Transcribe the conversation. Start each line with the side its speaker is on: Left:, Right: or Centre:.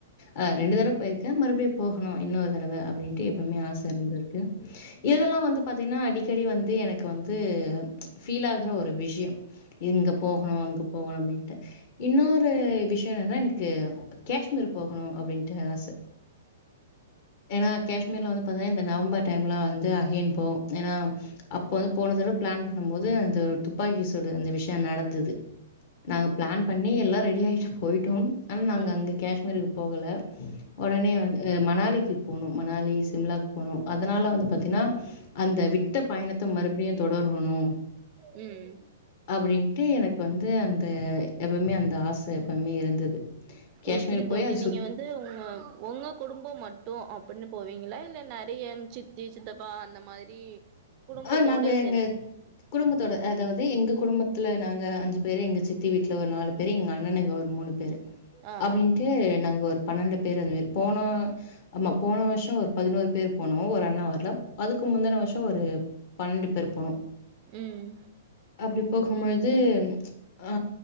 Left: ஆ ரெண்டு தடவ போயிரு மறுபடியும் போகணும் இன்னொரு தடவை அப்டின்ட்டு எப்பவுமே ஆசை இருந்த இருக்கு இதெல்லாம் வந்து பாத்தீங்கன்னா அடிக்கடி வந்து எனக்கு வந்து ஃபீல் ஆகுற ஒரு விஷயம் இங்க போகணும் அங்க போகணும் அப்டின்னுட்டு இன்னொரு விஷயம் என்னன்னா எனக்கு காஷ்மீர் போகணும் அப்டின்னு த ஆசை ஏனா காஷ்மீர்ல வந்து பாத்தீங்கன்னா இந்த நவம்பர் டைம்ல வந்து அகின் போ ஏனா அப்போ வந்து போனதட பிளான் பண்ணும் போது அந்த துப்பாக்கி சொடு அந்த விஷயம் நடந்தது நாங்க பிளான் பண்ணி எல்லாம் ரெடி ஆகிட்டு போயிட்டோம் அண்ண நாங்கள்
Right: ம்
Left: அங்கே காஷ்மீருக்கு போகல உடனே வந்து மணாலிக்கு போனோ மணாலி சிம்லா போனு அதுனால வந்து பாத்தின்னா அந்த விட் மத்த பயணத்த மறுப்டியு தொடருணு
Right: ம் ம்
Left: அப்டின்ட்டு எனக்கு வந்து அந்த எப்பமே அந்த ஆசை எப்பமே இருந்தது காஷ்மீர்
Right: எப்டி
Left: போய்
Right: தோழி
Left: அது
Right: நீங்க
Left: சுத்
Right: வந்து உங்க உங்க குடும்போ மட்டும் அப்டின்னு போவீங்களா இல்ல நெறைய சித்தி சித்தப்பா அந்த மாதிரி குடும்பத்தோட
Left: ஆ நாங்க எங்க
Right: சென்
Left: குடும்பத்தோட அதாவது எங்க குடும்பத்துல நாங்க அஞ்சு பேரு எங்க சித்தி வீட்டுல ஒரு நாலு பேரு எங்க அண்ணனுங்க ஒரு மூணு பே பேரு
Right: ஆ
Left: அப்டின்ட்டு நாங்க ஒரு பனெண்டு பேரு அந்மாறி போனோ ஆமா போன வருஷோ ஒரு பதினோரு பேர் போனோ ஒரு அண்ணா வர்ல அதுக்கு முந்துன வருஷோ ஒரு பன்னெண்டு பேர் போனோ
Right: ம்
Left: அப்டி போகும் பொழுது ஆ